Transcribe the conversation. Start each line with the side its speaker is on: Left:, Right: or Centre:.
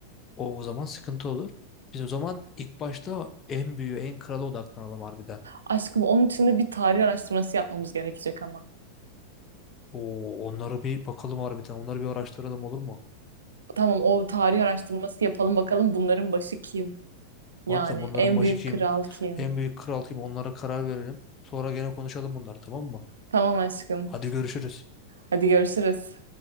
Left: O, o zaman sıkıntı olur. Biz o zaman ilk başta en büyüğü, en krala odaklanalım harbiden.
Right: Aşkım onun için de bir tarih araştırması yapmamız gerekecek ama.
Left: Oo, onları bir bakalım harbiden. Onları bir araştıralım olur mu?
Right: Tamam o tarih araştırması yapalım bakalım bunların başı kim? Yani
Left: Harbiden bunların
Right: en
Left: başı
Right: büyük
Left: kim?
Right: kral kim?
Left: En büyük kral kim? Onlara karar verelim. Sonra gene konuşalım bunları tamam mı?
Right: Tamam aşkım.
Left: Hadi görüşürüz.
Right: Hadi görüşürüz.